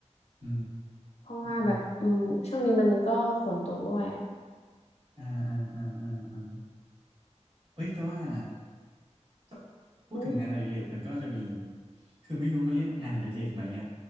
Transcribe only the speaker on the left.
เพราะว่าแบบอืมช่วงนี้มันก็ฝนตกด้วยอ่ะ
อืม